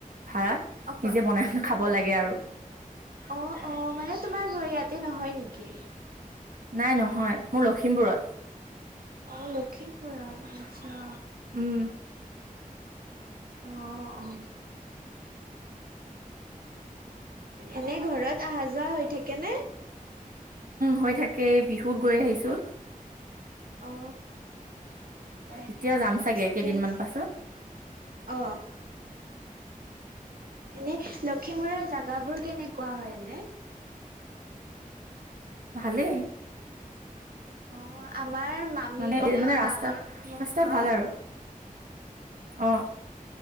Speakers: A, on the right; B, on the right.
A: ভাড়াত
B: অক
A: নিজে বনাই খাব
B: অ
A: লাগে আৰু
B: অ অ মানে তোমাৰ ঘৰ ইয়াতে নহয় নেকি
A: নাই নহয় মোৰ লখিমপুৰত
B: অ লখিমপুৰত আচ্ছা
A: উম
B: অ অ
A: <inaudible>
B: এনেই ঘৰত অহা যোৱা হৈ থাকে নে
A: হৈ থাকে বিহুত গৈ আহিছোঁ
B: অ অ
A: এতিয়া যাম চাগে
B: ঠিকে
A: কেইদিনমান
B: আছে
A: পাছত
B: অ এনে লখিমপুৰৰ জেগাবোৰ কেনেকুৱা হয় এনে
A: ভালেই।
B: অ', আমাৰ মামি
A: মানে মানে ৰাস্তা
B: ডাঙৰ ম
A: ৰাস্তা
B: হা?
A: ভাল আৰু অ'।